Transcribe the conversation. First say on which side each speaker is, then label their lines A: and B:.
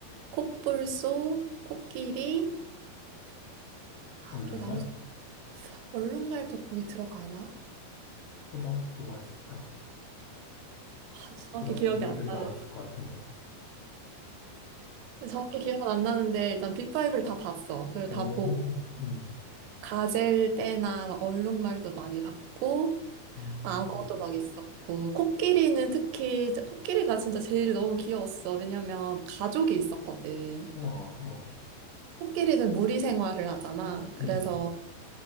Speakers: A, on the right; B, on the left.
A: 콧불소, 코끼리, 아,
B: 얼룩말?
A: 그리고 나머지 얼룩말도 거기 들어가나?
B: 표범? 뭐가 있을까?
A: 아, 정확히
B: 그런
A: 기억이
B: 동물들이
A: 안 나는데.
B: 많았을 것 같은데.
A: 정확히 기억은 안 나는데, 일단 빅파이브를 다 봤어. 그걸
B: 오
A: 다 보고,
B: 음,
A: 가젤 때나 막 얼룩말도 많이 봤고,
B: 음.
A: 악어도 막 있었고, 코끼리는 특히, 코끼리가 진짜 제일 너무 귀여웠어. 왜냐면 가족이 있었거든.
B: 와, 어.
A: 코끼리는 무리 생활을 하잖아. 그래서
B: 음,